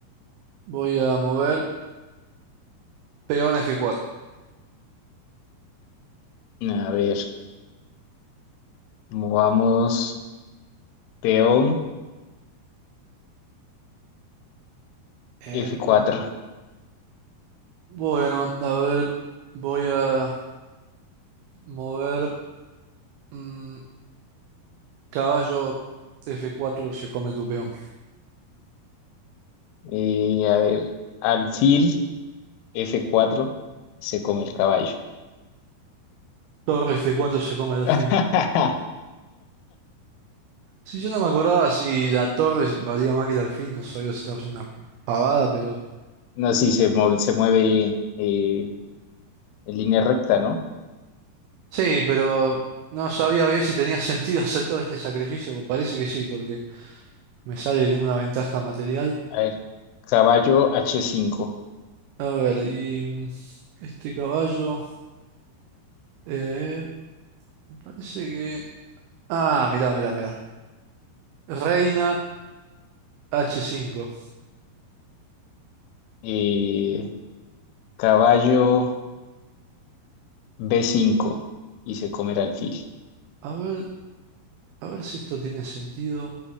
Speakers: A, on the right; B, on the left.
A: Voy a mover peón f cuatro
B: A ver, movamos peón
A: Em,
B: f cuatro
A: bueno, a ver. Voy a mover. mm, Caballo f cuatro se come tu peón.
B: Eh, a ver, alfil f cuatro Se come el caballo.
A: Torre f cuatro se come el alfil.
B: <laughs>
A: Si yo no me acordaba si la torre valía más que el alfil, no sabía si estaba haciendo una pavada, pero...
B: No, sí, se mueve, se mueve eh, en línea recta, ¿no?
A: Sí, pero no sabía bien si tenía <laughs> sentido hacer todo este sacrificio, pues parece que sí, porque me sale que tengo una ventaja material.
B: A ver, caballo h cinco
A: A ver, y mm, este caballo... eh, parece que... Ah, mirá, mirá, mirá. Reina h cinco
B: eh, caballo b cinco y se comerá alfil.
A: A ver, a ver si esto tiene sentido.